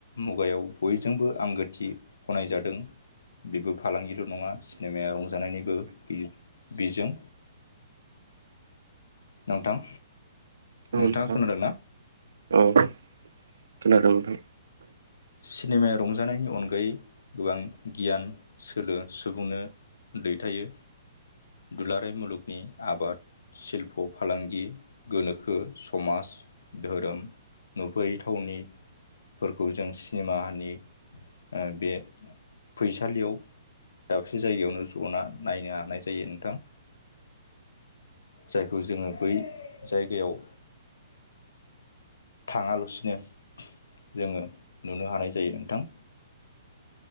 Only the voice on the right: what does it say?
<inaudible>
औ
नोंथां
औ खोनादों नोंथां